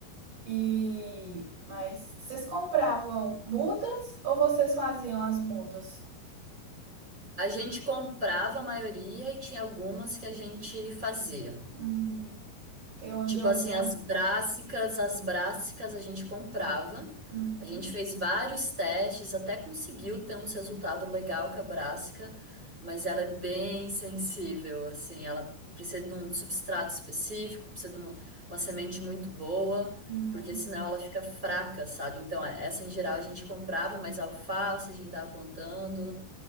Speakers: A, on the right; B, on the right.
A: E mas vocês compravam mudas ou vocês faziam as mudas?
B: A gente comprava a maioria e tinha algumas que a gente fazia.
A: Hum, porque onde
B: Tipo
A: eu
B: assim,
A: moro.
B: as brássicas, as brássicas a gente comprava.
A: Uhum,
B: A gente fez vários testes, até conseguiu ter uns resultados legal com a brássica, mas ela é bem sensível, assim, ela precisa de um substrato específico, precisa de uma, uma semente muito boa,
A: uhum.
B: porque senão ela fica fraca, sabe? Então, é- essa em geral a gente comprava, mas alface a gente tava plantando,